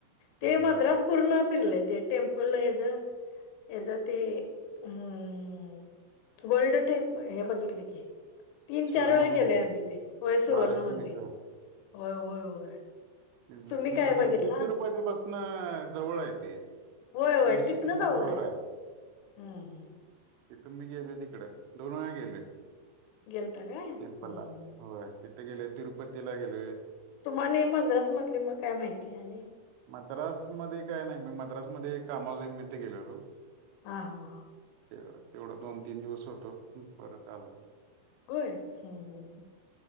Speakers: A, on the left; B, on the right.
A: ते
B: हम्म
A: मद्रास
B: हम्म
A: पूर्ण फिरलंय ते टेम्प पल ह्याचं ह्याचं ते हम्म गोल्ड टेप हे बघितले की तीन-चार
B: सुवर्ण
A: वेळा
B: मंदिर
A: गेलोय आम्ही ते होय सुवर्ण
B: महालक्ष्मीचं
A: मंदिर होय होय होय.
B: मी
A: तुम्ही काय
B: पण गेलतो,
A: बघितला
B: तिरुपती पासनं जवळ आहे ते.
A: होय होय
B: दीडशे
A: तिथनं
B: किलोममीटर
A: जवळ
B: वर आहे.
A: हम्म
B: तिथं मी गेलोय तिकडं, दोन वेळा गेलोय.
A: गेलता काय हम्म
B: टेम्पलला होय तिथे गेलोय तिरुपतीला गेलोय.
A: तुम्हानी मद्रास मधली मग काय माहिती आहे आणि?
B: मद्रासमध्ये काय नाही मी मद्रासमध्ये कामाच्या निमित्त गेलेलो.
A: हां हां.
B: ते तेवढं दोन-तीन दिवस होतो परत आलो.
A: होय हम्म हम्म